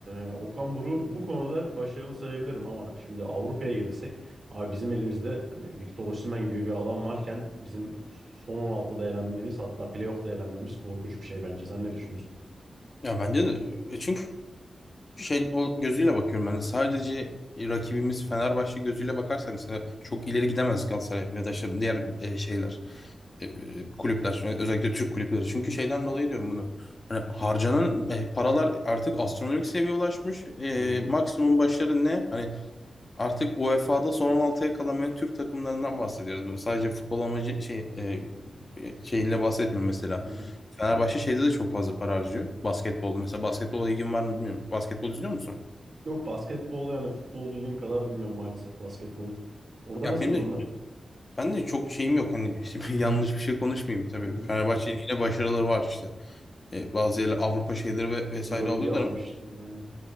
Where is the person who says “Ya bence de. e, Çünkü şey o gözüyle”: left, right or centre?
Left